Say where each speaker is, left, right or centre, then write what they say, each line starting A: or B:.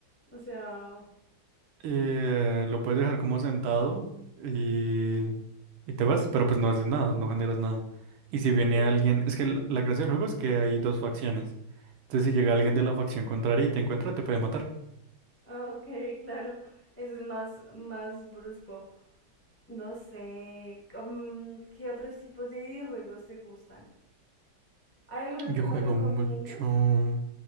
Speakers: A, on the left (about 15°); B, on the right (about 80°).
A: O sea,
B: Eh, lo puedes dejar como sentado y, y te vas, pero pues no haces nada, no generas nada. Y si
A: ok,
B: viene alguien, es que la, la gracia del juego es que hay dos facciones. Entonces, si llega alguien de la facción contraria y te encuentra, te puede matar.
A: ah, ok, claro. Eso es más, más brusco. No sé, mm, ¿qué otros tipos de videojuegos te gustan? ¿Hay alguno que
B: Yo
A: me
B: juego
A: recomiendes?
B: mucho.